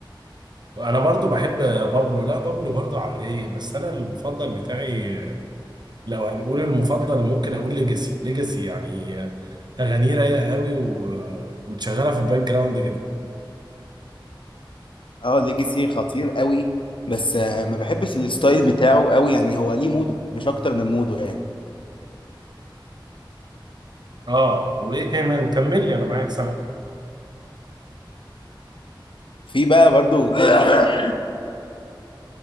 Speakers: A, on the right (about 55°); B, on the left (about 80°).
A: انا برضو بحب بابلو لا بابلو برضو على الرايق بس انا المفضل بتاعي لو هنقول المفضل ممكن اقول ليجاسي ليجاسي يعني اغانيه رايقه قوي و... وتشغلها في الباك جراوند كده
B: اه ليجاسي خطير قوي بس آه، ما بحبش الستايل بتاعه قوي يعني هو ليه موده مش اكتر من موده يعني
A: اه وايه كمان كمل لي انا معاك سامع
B: في بقى برضو تاني